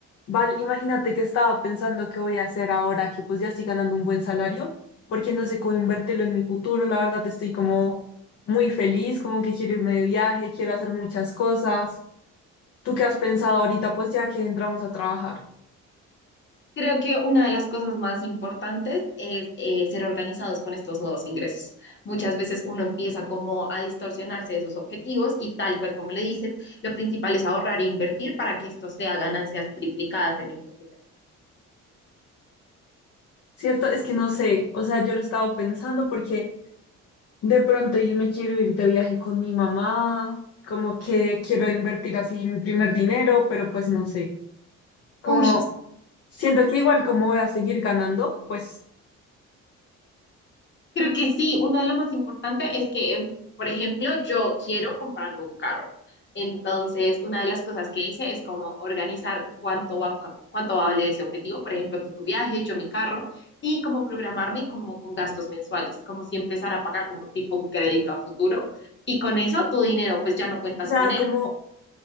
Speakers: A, on the left (about 55°); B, on the left (about 40°).
A: Val, imagínate que estaba pensando qué voy a hacer ahora que pues ya estoy ganando un buen salario, porque no sé cómo invertirlo en mi futuro. La verdad estoy como muy feliz, como que quiero irme de viaje, quiero hacer muchas cosas. ¿Tú qué has pensado ahorita? Pues ya que entramos a trabajar.
B: Creo que una de las cosas más importantes es eh, ser organizados con estos nuevos ingresos. Muchas veces uno empieza como a distorsionarse de sus objetivos y tal cual como le dices, lo principal es ahorrar e invertir para que esto sea ganancias triplicadas en el futuro.
A: ¿Cierto? Es que no sé, o sea, yo lo he estado pensando porque de pronto yo me quiero ir de viaje con mi mamá, como que quiero invertir así mi primer dinero, pero pues no sé, como
B: Uy,
A: siento que igual como voy a seguir ganando, pues...
B: Creo que sí, uno de los más importantes es que, em, por ejemplo, yo quiero comprarme un carro. Entonces, una de las cosas que hice es como organizar cuánto va, cu- cuánto va a valer ese objetivo. Por ejemplo, tú tu viaje, yo mi carro, y como programarme como con gastos mensuales, como si empezara a pagar como tipo un crédito a futuro. Y con eso tu dinero, pues ya no cuentas
A: O sea,
B: con él.
A: como